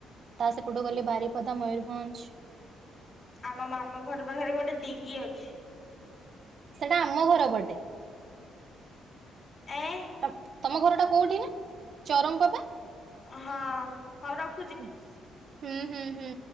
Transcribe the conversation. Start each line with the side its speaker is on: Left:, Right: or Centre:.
Right: ତା ସେପଟୁ ଗଲେ ବାରିପଦା ମୟରଭଞ୍ଜ।
Left: ଆମ ମାମୁଁ ଘର ପାଖରେ ଗୋଟେ ଦିଗି ଅଛି।
Right: ସେଟା ଆମ ଘର ପଟେ।
Left: ଏ
Right: ତତ ତମ ଘର ଟା କୋଉଠି କା ଚରମ ପାଦା?
Left: ଅହଁ ହଉ ର
Right: ହୁଁ ହୁଁ ହୁଁ।